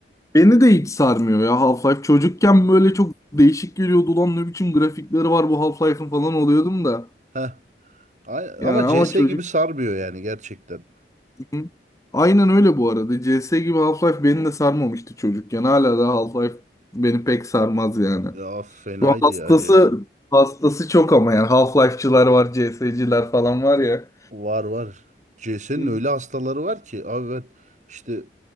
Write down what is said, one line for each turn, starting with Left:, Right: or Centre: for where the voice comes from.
Left: Beni de hiç sarmıyor ya Half-Life. Çocukken böyle çok değişik geliyordu. Ulan ne biçim grafikleri var bu Half-Life'ın falan oluyordum da.
Right: Heh. A-
Left: Yani
Right: Ama
Left: ama
Right: CS
Left: çocuk...
Right: gibi sarmıyor yani gerçekten.
Left: Hı. Aynen öyle bu arada. C S gibi Half-Life beni de sarmamıştı çocukken. Hala da Half-Life beni pek sarmaz yani.
Right: Ya fenaydı
Left: Bu hastası
Right: ya CS.
Left: hastası çok ama yani Half-Life'çılar var, C CS'ciler falan var ya.
Right: Var var. CS'nin
Left: Hı.
Right: öyle hastaları var ki abi ben işte